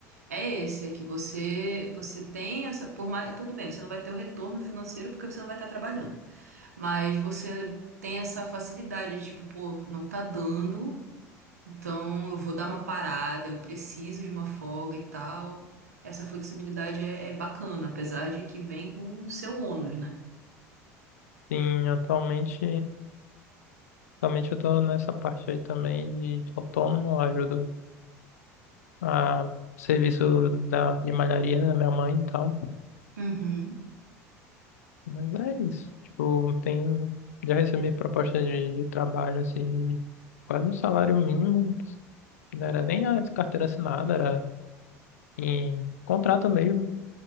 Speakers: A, on the right; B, on the left.
A: é esse, é que você você tem essa, por mais, tudo bem, você não vai ter o retorno financeiro porque você não vai estar trabalhando, mas você tem essa facilidade de, tipo, pô, não tá dando então, eu vou dar uma parada, eu preciso de uma folga e tal. Essa flexibilidade é, é bacana, apesar de que vem com o seu ônus, né?
B: Sim, atualmente, atualmente eu estou nessa parte aí também de autônomo, eu ajudo a serviço da, de malharia da minha mãe e tal.
A: Uhum.
B: Mas é isso, tipo, tenho, já recebi proposta de, de trabalho, assim, quase um salário mínimo, não era nem a carteira assinada, era em contrato mesmo.